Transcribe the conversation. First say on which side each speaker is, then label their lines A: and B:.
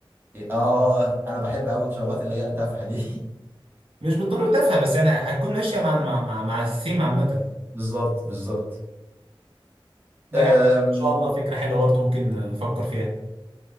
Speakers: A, on the right; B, on the right.
A: اه انا بحب قوي الشرابات اللي هي التافهه دي
B: مش بالضروره تافهه بس يعني هتكون ماشيه مع مع مع, مع الثيم عامه
A: <laughs> بالظبط بالظبط
B: لا
A: أم،
B: يعني ان شاء الله فكره حلوه برضه ممكن نفكر فيها